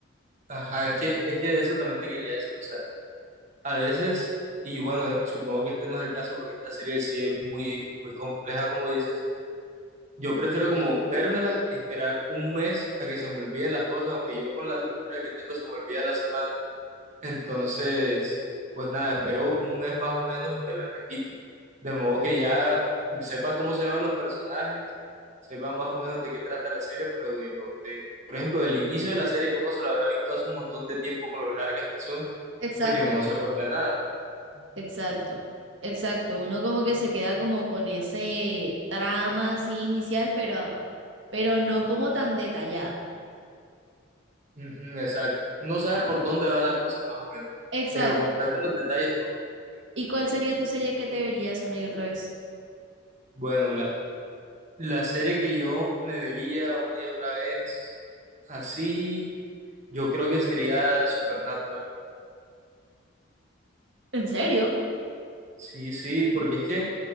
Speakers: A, on the right; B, on the right.
A: ajá, es que, es que de eso también te quería decir, o sea, a veces, y bueno, supongo que este no es el caso porque esta serie sí es muy, muy compleja, como dices. Yo prefiero como vérmela, esperar un mes a que se me olviden las cosas, aunque yo con la memoria que tengo se me olvida la semana, Entonces, pues nada, espero un mes más o menos y me la repito. De modo que ya sepa cómo se llaman los personajes, sepa más o menos de qué trata la serie, pero de lo de, por ejemplo, del inicio de la serie que uno se la habrá visto hace un montón de tiempo con lo largas que son,
B: exacto
A: pues yo no se acuerda de nada.
B: Exacto, exacto. Uno como que se queda como con ese trama así inicial, pero, pero no como tan detallada.
A: Ujú, exacto. No sabe por dónde va la cosa más o menos,
B: Exacto.
A: pero como tal de los detalles no.
B: ¿Y cuál sería tu serie que te verías una y otra vez?
A: Bueno, la, la serie que yo me vería una y otra vez así, yo creo que sería Supernatural.
B: ¿En serio?
A: Sí, sí, porque es que